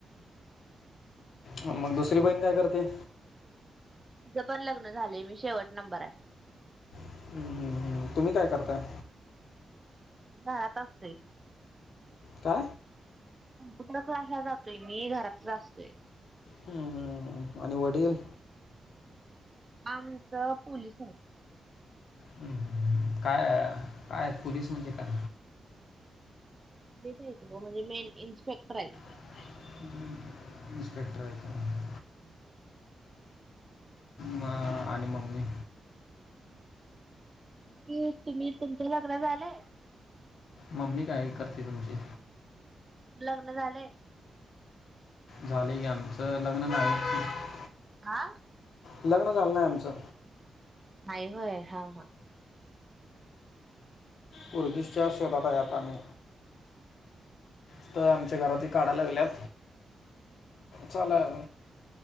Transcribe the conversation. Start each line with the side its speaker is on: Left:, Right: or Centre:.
Left: हा मंग दुसरी बहीण काय करते?
Right: तीज पण लग्न झालेय. मी शेवट नंबर हाय.
Left: हम्म. तुम्ही काय करताय?
Right: घरात असते.
Left: का?
Right: कम्प्युटर क्लासला जातोय मी, घरातच असतोय.
Left: हम्म हम्म हम्म आणि वडील
Right: आमचं पोलीस आहेत.
Left: हम्म हम्म हम्म काय, काय पोलीस म्हणजे काय
Right: <unintelligible> म्हणजे मेन इन्स्पेक्टर आहेत.
Left: <unintelligible> इस्पेक्टर आहेत व्हय.
Right: <unintelligible>
Left: म आणि मम्मी
Right: की, तुम्ही तुमच लग्न झालंय.
Left: मम्मी काय करते तुमची
Right: लग्न झालंय.
Left: झालंय की, आमचं लग्न झालंय की
Right: हा
Left: लग्न झालं नाय आमचं
Right: नाही होय हा हा
Left: पोरगीच्या
Right: लग्न केलं
Left: शोधात हाय आता मी स्थळ आमच्या घरातली काढाय लागल्यात चला,